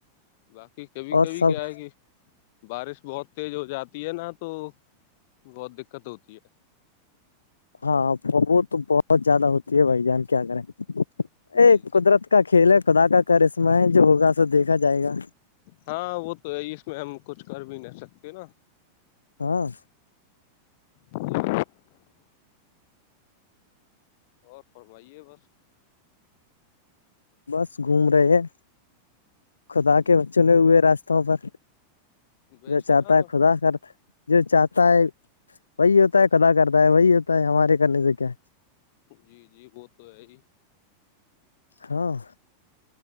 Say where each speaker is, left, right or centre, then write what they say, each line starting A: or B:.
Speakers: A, on the left; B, on the left.
A: باقی کبھی
B: اور
A: کبھی
B: سب
A: کیائے گے بارش بہت تیز ہو جاتی ہے نا تو بہت دقت ہوتی ہے
B: ہاں فبو تو بہت زیادہ ہوتی ہے بھائی جان کیا کریں
A: ہے
B: ا
A: جی جی
B: قدرت کا کھیل ہے خدا کا کر اسمائے جو ہوگا سو دیکھا جائے گا
A: ہاں وہ تو ہے اس میں ہم کچھ کر بھی نہیں سکتے نا
B: ہاں
A: جی۔ اور فرمائیے بس
B: بس گھوم رہے ہیں خدا
A: ہ
B: کے بچوں میں ہوئے راستوں پر
A: ویسے
B: جو چاہتا
A: نا
B: ہے خدا کر جو چاہتا ہے وہی ہوتا ہے کدا کرتا ہے وہی ہوتا ہے ہمارے کرنے سے کیا
A: جی جی وہ تو ہے ہی
B: ہاں